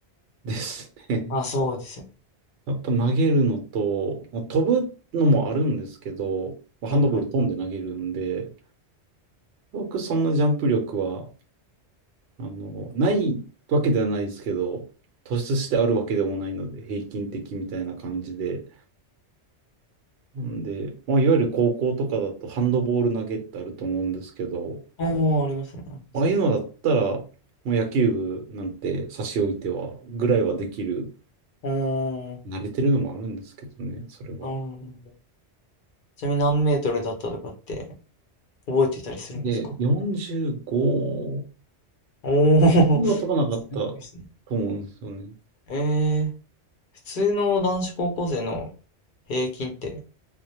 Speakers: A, on the right; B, on the left.
A: ですね
B: あ、あ、そうですよ。
A: やっぱ投げるのと、まあ飛ぶのもあるんですけど、まあハンドボール飛んで投げるんで、
B: はいはい。
A: 僕そんなジャンプ力は、あの、ないわけではないですけど、突出してあるわけでもないので、平均的みたいな感じで。なんで、まあ、いわゆる高校とかだとハンドボール投げってあると思うんですけど、
B: おー、ありますね、ありますね。
A: まああいうのだったら、もう野球部なんて差し置いては、ぐらいはできる。
B: おー、
A: 慣れてるのもあるんですけどね、それは。
B: あーちなみに何メートルだったとかって覚えてたりするんですか
A: で、45
B: おお。<laughs>
A: 2 0は飛ばなかったと思うんですよね。
B: すごいですね。ええ、普通の男子高校生の平均って